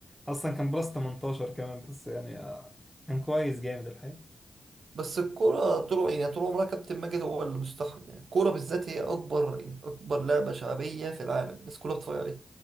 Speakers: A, in the centre; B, on the right.
A: أصلا كان بلس 18 كمان بس يعني آه، كان كويس جامد الحقيقة
B: بس الكوره طول يعني طول عمرها كابتن ماجد هو اللي مستحوذ يعني الكوره بالذات هي اكبر يعني اكبر لعبه شعبيه في العالم الناس كلها بتتفرج عليها